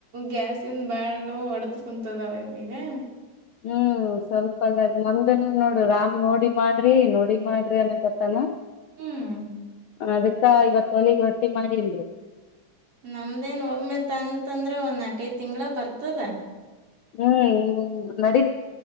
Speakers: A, on the right; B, on the left.
A: ಗ್ಯಾಸಿನ್ ಬಾಳ ಹೊಡೆದ ಕುಂತದಾವ ಇವ್ನಿಗೆ
B: ಹ್ಮ್ ಸ್ವಲ್ಪಲ್ಲ ಮಂದನ ನೋಡು ರಾಮ್ ನೋಡಿ ಮಾಡ್ರಿ ನೋಡಿ ಮಾಡ್ರಿ ಅನಕತ್ತನ
A: ಹ್ಮ್
B: ಅದಕ್ಕ ಇವತ್ ಹೊಲಗ್ ರೊಟ್ಟಿ ಮಾಡೀನ್ರ
A: ನಮ್ದೇನ್ ಒಮ್ಮೆ ತಂತಂದ್ರೆ ಒಂದ್ ನಾಕೈದ್ ತಿಂಗ್ಳ ಬರ್ತದ
B: ಹ್ಮ್ ನಡೀ